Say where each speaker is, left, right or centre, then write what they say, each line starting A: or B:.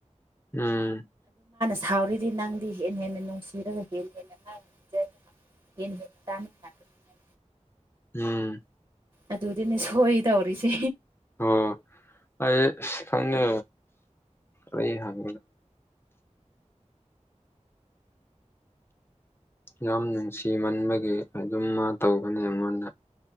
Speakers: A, on the left (about 20°); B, on the right (about 40°).
A: ꯎꯝ
B: ꯁꯥꯎꯔꯗꯤ ꯅꯪꯗꯤ ꯍꯦꯟꯅ ꯍꯦꯟꯅ ꯅꯨꯡꯁꯤꯔꯒ ꯍꯦꯟꯅ ꯍꯦꯟꯅ <unintelligible> ꯍꯦꯟꯅ ꯍꯦꯟꯅ ꯇꯥꯅꯤꯡꯂꯛꯀꯅꯤ ꯍꯥꯢꯕ
A: ꯎꯝ
B: ꯑꯗꯨꯗꯤꯅꯦ ꯁꯣꯏ ꯗꯧꯔꯤꯁꯦ
A: ꯑꯣ ꯑꯩ ꯊꯪꯅ ꯑꯩ ꯍꯥꯏ ꯌꯥꯝ ꯅꯨꯡꯁꯤꯃꯟꯕꯒꯤ ꯑꯗꯨꯝ ꯇꯒꯅꯤ ꯑꯩꯉꯣꯟꯗ